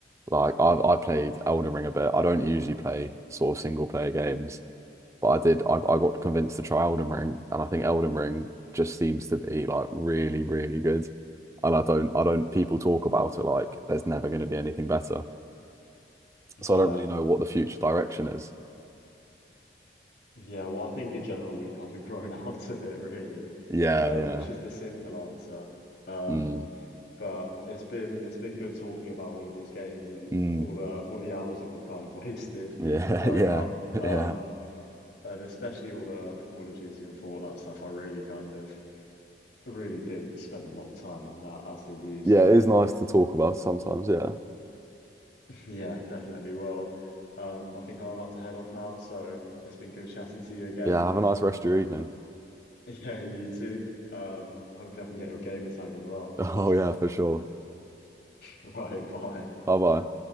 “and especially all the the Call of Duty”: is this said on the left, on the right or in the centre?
Left